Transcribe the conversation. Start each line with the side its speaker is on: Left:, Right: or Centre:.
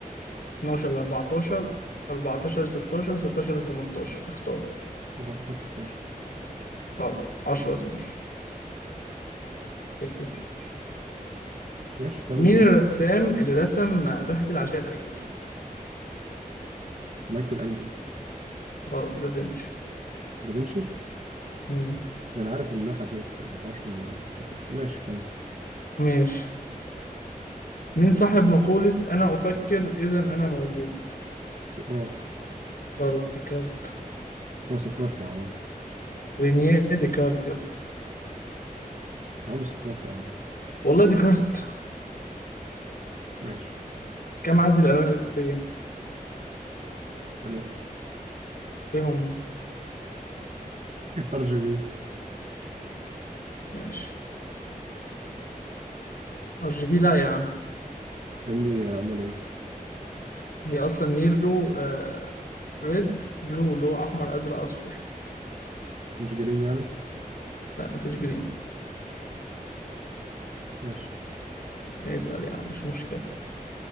Left: 12 ل 14 14 ل 16 16 ل 18 اختار
Right: 14 16
Left: غلط 10 ل 12 <laughs>
Right: ماشي كمل
Left: مين
Right: اهو
Left: الرسام اللي رسم لوحة العشاء الأخير؟
Right: مايكل انجلو
Left: غلط دافنشي
Right: دافنشي
Left: مم.
Right: ما انا عارف اللوحة دي بس ما اعرفش من بس ماشي كمل
Left: ماشي مين صاحب مقولة أنا أفكر إذا أنا موجود؟
Right: سقراط
Left: غلط ديكارت
Right: هو سقراط يا عم
Left: رينيه ديكارت يا اسطى
Right: يا عم سقراط يا عم
Left: والله ديكارت
Right: ماشي
Left: كم عدد الألوان الأساسية؟
Right: ثلاثة
Left: إيه هم؟
Right: ار جي بي
Left: ماشي ار جي بي لا يا عم
Right: يا ابني امال ايه
Left: هي أصلا يلو ريد بلو اللي هو احمر ازرق اصفر
Right: مش جرين يعني
Left: لا مفيش جرين
Right: ماشي
Left: اسال يا عم مش مشكله